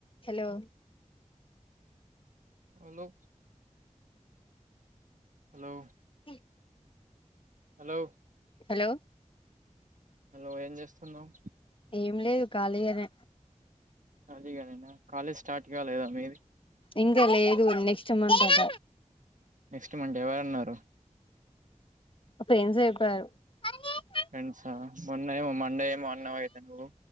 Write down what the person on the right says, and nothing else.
Hello. Hello.
Hello.
Hello ఏం చేస్తున్నావ్
కలిగనేన కాలేజ్ స్టార్ట్ కాలేద మీది.
నెక్స్ట్ మం <unintelligible> ఎవరన్నారు.
ఫ్రెండ్స మొన్న ఏమో మండే ఏమో అన్నావు అయితే నువ్వు.